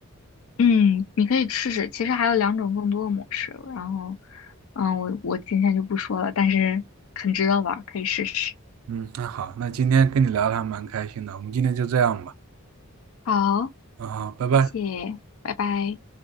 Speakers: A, on the left (about 75°); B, on the right (about 75°).
A: 嗯，你可以试试。其实还有两种更多的模式，然后，嗯，我我今天就不说了，但是很值得玩儿可以试试。
B: 嗯，那好，那今天跟你聊的还蛮开心的，我们今天就这样吧。
A: 好，
B: 嗯，好，拜拜。
A: 谢谢，拜拜。